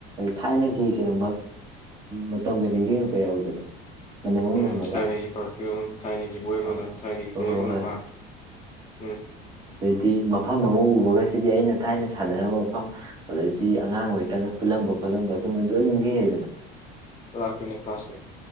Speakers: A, on the right; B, on the left.
A: ꯊꯥꯏꯅꯒꯤ ꯀꯩꯅꯣ ꯃꯇꯝꯒ ꯅꯤꯡꯁꯤꯡꯉꯛꯄ ꯌꯥꯎꯋꯤꯗꯅ ꯃꯅꯝ ꯑꯃ
B: ꯎꯝ
A: ꯅꯝꯃꯒ
B: ꯊꯥꯏꯅꯒꯤ ꯄꯥꯔꯐꯤꯌꯨꯝ ꯊꯥꯏꯅꯒꯤ ꯕꯣꯏ
A: ꯍꯣꯏ
B: ꯃꯅꯝ ꯊꯥꯏꯅꯒꯤ ꯂꯥꯏꯔꯛ
A: ꯍꯣꯏ
B: ꯃꯅ
A: ꯍꯣꯏ
B: ꯍꯥ ꯎꯝ
A: ꯗꯤ ꯃꯐꯝ ꯑꯃ ꯎꯕꯒꯁꯤꯗꯤ ꯑꯩꯅ ꯊꯥꯏꯅ ꯁꯥꯟꯅꯔꯝꯕ ꯃꯐꯝ ꯑꯗꯩꯗꯤ ꯑꯉꯥꯡ ꯑꯣꯏꯔꯤꯀꯥꯟꯗ ꯄꯨꯜꯂꯝꯕ ꯈꯣꯠꯂꯝꯕ ꯑꯗꯨꯃ ꯂꯣꯏ ꯅꯤꯡꯁꯤꯡꯉꯦꯗꯅ
B: ꯂꯥꯛꯇꯣꯏꯅꯦ ꯀ꯭ꯂꯥꯁ